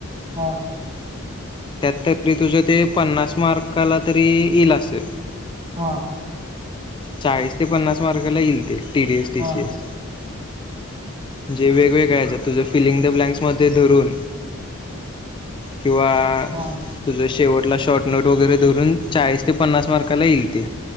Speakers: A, on the right; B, on the left.
A: हा.
B: त्यात तरी तुझं ते, पन्नास मार्काला तरी येईल असं.
A: हा.
B: चाळीस ते पन्नास मार्गाला येईल ते, टीडीएस, टीसी
A: हा
B: एस. जे वेगवेगळ्या येच्यात, तुझं फिंग द ब्ँलॉक्स मध्ये धरून किंवा,
A: हा
B: तुझं शेवटला शॉर्टनोट वगैरे धरून, चाळीस ते पन्नास मार्काला येईल ते.